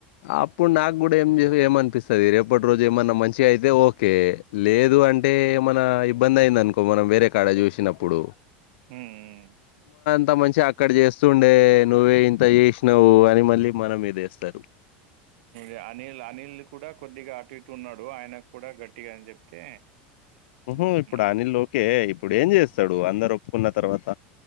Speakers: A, on the left (about 75°); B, on the right (about 70°).
A: అప్పుడు నాకు కూడా ఏంజెదు ఏమనిపిస్తది రేపటి రోజు ఏమన్నా మంచిగా అయితే ఓకే లేదు అంటే టె ఏమన్న ఇబ్బంది అయిందిఅనుకో మనం వేరే కాడ జూసినప్పుడు
B: ఊమ్
A: ఇంత మంచి అక్కడ జేస్తుండే నువ్వే ఇంత చేసినావు అని మళ్ళీ మన మీదేస్తారు
B: ఇగ అనిల్ అనిల్ కూడా కొద్దిగా అటు ఇటు ఉన్నాడు ఆయన కి కూడా గట్టిగా అని జెప్తే హ్మ్.
A: ఊహ్ ఇప్పుడు
B: హ్మ్.
A: అనిల్ ఒకే ఇప్పుడు ఏం జేస్తడు అందరు ఒప్పుకున్న తర్వాత